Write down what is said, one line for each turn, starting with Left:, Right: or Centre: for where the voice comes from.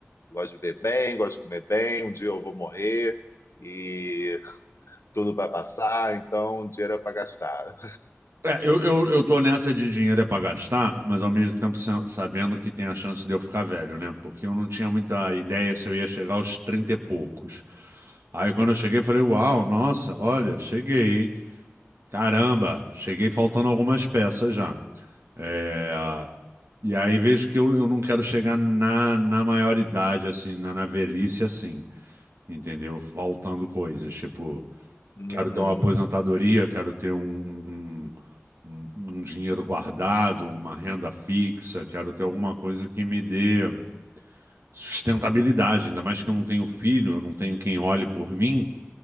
Left: Gosto de ver bem, gosto de comer bem. Um dia eu vou morrer e tudo vai passar, então dinheiro é para gastar.
Right: É, eu, eu, eu tô nessa de dinheiro é pra gastar, mas ao mesmo tempo sa- sabendo que tem a chance de eu ficar velho, né? Porque eu não tinha muita ideia se eu ia chegar aos 30 e poucos. Aí quando eu cheguei, eu falei, uau, nossa, olha, cheguei, hein? Caramba, cheguei faltando algumas peças já. É, e aí vejo que eu, eu não quero chegar na, na maioridade, assim, na, na velhice, assim, entendeu? Faltando coisas, tipo...
Left: Uhum.
Right: Quero ter uma aposentadoria,
Left: <laughs>
Right: quero ter um, um, um- um dinheiro guardado, uma renda fixa, quero ter alguma coisa que me dê sustentabilidade. Ainda mais que eu não tenho filho, eu não tenho quem olhe por mim.